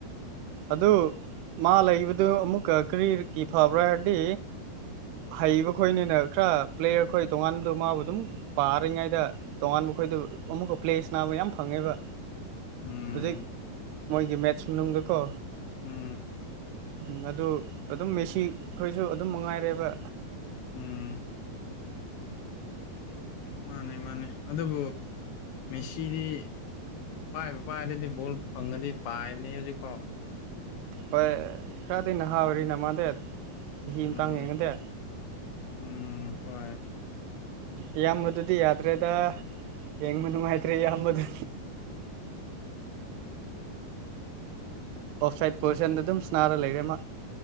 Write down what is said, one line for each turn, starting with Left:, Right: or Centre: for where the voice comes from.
Right: ꯑꯗꯨ ꯃꯥ ꯂꯩꯕꯗꯨ ꯑꯃꯨꯛꯀ ꯀꯔꯤꯒꯤ ꯐꯕ꯭ꯔꯥ ꯍꯥꯏꯔꯗꯤ ꯍꯩꯕ ꯈꯣꯏꯅꯤꯅ ꯈꯔ ꯄ꯭ꯂꯦꯌꯔ ꯈꯣꯏ ꯇꯣꯉꯥꯟꯕꯗꯣ ꯃꯥꯕꯨ ꯑꯗꯨꯝ ꯄꯥꯔꯤꯉꯩꯗ ꯇꯣꯉꯥꯟꯕ ꯈꯣꯏꯗꯨ ꯑꯃꯨꯛꯀ ꯄ꯭ꯂꯦ ꯁꯥꯅꯕ ꯌꯥꯝ ꯐꯪꯉꯦꯕ
Left: ꯎꯝ
Right: ꯍꯧꯖꯤꯛ ꯃꯣꯏꯒꯤ ꯃꯦꯠꯁ ꯃꯅꯨꯡꯗꯀꯣ
Left: ꯎꯝ
Right: ꯎꯝ ꯑꯗꯨ ꯑꯗꯨꯝ ꯃꯦꯁꯤ ꯈꯣꯏꯁꯨ ꯑꯗꯨꯝ ꯃꯉꯥꯏꯔꯦꯕ
Left: ꯎꯝ ꯃꯥꯅꯦ ꯃꯥꯅꯦ ꯑꯗꯨꯕꯨ ꯃꯦꯁꯤꯗꯤ ꯄꯥꯏꯕꯨ ꯄꯥꯏꯔꯗꯤ ꯗꯤ ꯕꯣꯜ ꯐꯪꯉꯗꯤ ꯄꯥꯏꯕꯅꯦ ꯍꯧꯖꯤꯛꯐꯥꯎ
Right: ꯍꯣꯏ ꯈꯔꯗꯤ ꯅꯍꯥ ꯑꯣꯏꯔꯤꯅ ꯃꯥꯗꯦ ꯆꯍꯤ
Left: ꯎꯝ
Right: ꯃꯇꯥꯡ ꯌꯦꯡꯉꯗꯤ
Left: ꯎꯝ ꯍꯣꯏ
Right: ꯏꯌꯥꯝꯕꯗꯨꯗꯤ ꯌꯥꯗ꯭ꯔꯦꯗ ꯌꯦꯡꯕ ꯅꯨꯡꯉꯥꯏꯇ꯭ꯔꯦ ꯏꯌꯥꯝꯕꯗꯨꯗꯤ ꯑꯣꯐ ꯁꯥꯏꯠ ꯄꯣꯖꯤꯁꯟꯗ ꯑꯗꯨꯝ ꯁꯥꯅꯔ ꯂꯩꯔꯦ ꯃꯥ